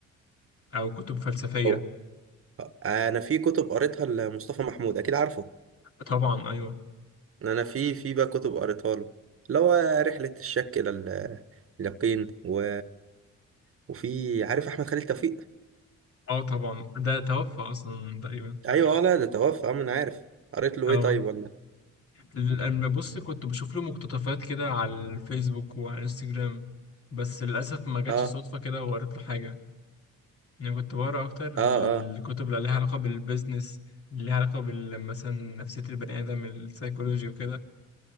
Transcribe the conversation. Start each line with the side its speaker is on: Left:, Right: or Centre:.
Left: أو كتب فلسفية
Right: او آه، انا في كتب قريتها لمصطفى محمود اكيد عارفه
Left: طبعا أيوه
Right: انا في في بقى كتب قريتها له اللي هو رحله الشك الى ال- اليقين و... وفي عارف احمد خالد توفيق
Left: اه طبعا ده توفى أصلا تقريبا
Right: ايوه اه لا ده توفى اه ما انا عارف قريت له
Left: اه
Right: ايه طيب ولا
Left: لما بص كنت بشوف له مقتطفات كده على الفيسبوك وعلى الانستجرام بس للأسف ما جاتش
Right: اه
Left: صدفة كده وقريت له حاجة يعني كنت بقرا أكتر بالكتب
Right: اه اه
Left: اللي ليها علاقة بالبيزنس اللي ليها علاقة بال- مثلا نفسية البني آدم السايكولوجي وكده